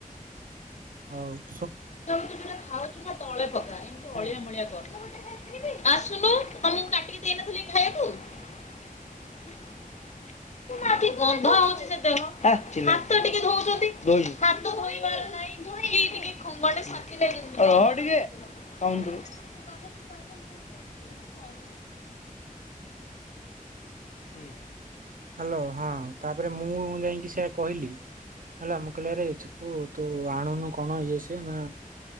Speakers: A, on the right; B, on the left.
A: ହଉ ।
B: ତୁ ଯୋଟା ଖାଉଛୁ ନା ତଳେ ପକା ଏମିତି ଅଳିଆ ମଳିଆ କରନା । ଆସୁନୁ ଆମକୁ କାଟିକି ଦେଇନଥିଲି ଖାଇବାକୁ। <unintelligible> ହୁଁ।
A: ହ୍ୟାଲୋ ହଁ ତାପରେ ମୁଁ ଯାଇକି ସେଆ କହିଲି ହେଲା ମୁଁ କହିଲି ଆରେ ଚିକୁ ତୁ ଆଣୁନୁ। କଣ ଇଏ ସିଏ ନା